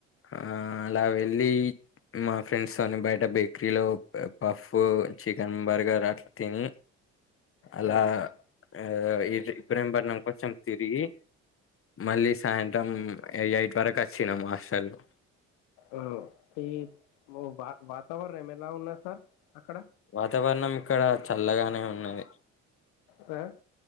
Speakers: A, on the left (about 45°); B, on the left (about 85°).
A: ఆ అలా వెళ్ళి మా ఫ్రెండ్స్ తోని బయట బేకరీలో పాఫ్ ప్పు చికెన్ బర్గర్ అట్లా తిని అలా
B: సార్
A: అ ఇడ్లి ఇబ్రహీం పట్నం కొంచం తిరిగి మళ్ళీ సాయంత్రం ఎయిట్ వరకు ఓచ్చినాము హాస్టల్ కు
B: అ టి మా వా వాతావరణం ఎలా ఉన్నాది సార్ అక్కడ
A: వాతావరణం ఇక్కడ చల్లగానే ఉన్నది
B: ఆ